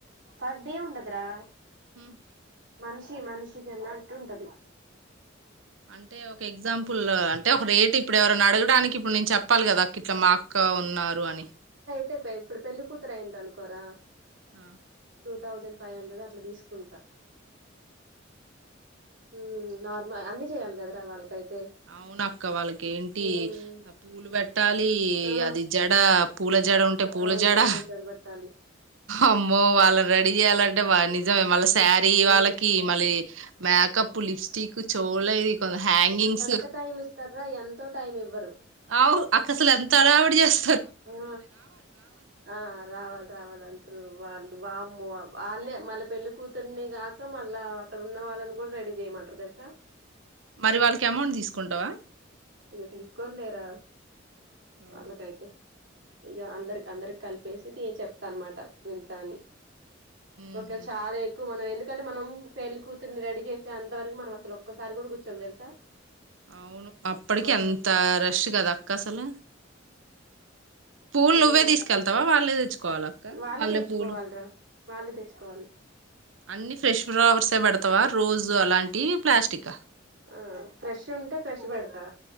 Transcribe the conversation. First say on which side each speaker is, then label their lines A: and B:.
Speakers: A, on the right; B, on the right.
A: For day ఉండదురా.
B: హమ్
A: మనిషి మనిషికి అన్నట్టు ఉంటది.
B: అంటే ఒక ఎగ్ ఎగ్జాంపుల్ల్ అంటే ఒక రేట్ ఇప్పుడు ఎవరిన్న అడగడానికి ఇప్పుడు నేన్ చెప్ ప్పాలి కదా అక్క ఇట్ల మా అక్కా ఉం న్నారు అని.
A: తే ఇప్పుడు పెళ్ళి కూతురు అయింద్ అనుకోరా
B: ఆ
A: టూ థౌజండ్ ఫై హండ్రెడ్ అట్ల తీసుకుంటా. ఉమ్ నార్మల్ అన్నీ జెయాలి కదరా వాళ్ళకైత్
B: అవునక్కా వాళ్ళకి ఏంటీ,
A: ఉమ్
B: ఆ పూలు పెట్ ట్టాలీ
A: ఆ
B: అది జడా పూల జడ ఉంటే పూల
A: అవును
B: జడా,
A: జడ పెట్టాలి
B: అమ్మో వాళ్ళని రెడీ జెయాలంట డవ్వా నిజమే మళ్ళ స్ శారీ
A: ఆ
B: వాళ్ళకీ, మళ్ళీ మేకప్ లిప్స్టిక్కు చోవలది కొల హాంగింగ్స్.
A: త టైం ఇస్తర్ర ఎంతో టైం ఇవ్వరు.
B: ఆవు అక్కసలు ఎంత హడావుడి చేస్
A: ఆ ఆ రావాలి రావాలంట్రూ వాళ్ళు వా వాళ్ళే మళ్ళ పెళ్లి కూతుర్ని కాక మళ్ళా అక్కడ ఉన్న వాళ్ళని కూడ రెడీ చేయమంటరు తెలుసా.
B: మరి వాళ్ళకి అమౌంట్ తీసుకుంటావా.
A: ఇగ తీసుకోన్లేరా.
B: ఓ
A: వాళ్ళకైతే ఇక అందరికి అందరికి కలిపి <unintelligible> చెప్పేసి నే చెప్తా అనమాట వితాని
B: ఉహు
A: ఓకే చాలా ఎక్కువ మనం ఎందుకు <unintelligible> ఎందుకంటే మనం పెళ్ళి కూతుర్ని రెడీ చేసే అంత వరకు మనం అసలు ఒక్కసారి కూడా కూర్చోం తెలుసా
B: అవును అప్పటికి
A: ఆ
B: ఎంత రష్ కదా అక్క అసలు పూలు
A: ఉమ్
B: నువ్వే తీసుకెళ్తావా వాళ్ళే తెచ్చుకోవాల అక్క
A: వాళ్ళే
B: మల్లె
A: తెచ్చుకోవాలిరా
B: పూలు
A: వాళ్ళే తెచ్చుకోవాలి
B: అన్ని ఫ్రెష్ ఫ్లవర్స్ పెడతావా రోస్ అలాంటి ప్లాస్టికా
A: ఆ ఫ్రెష్ ఉంటే ఫ్రెష్ పెడతా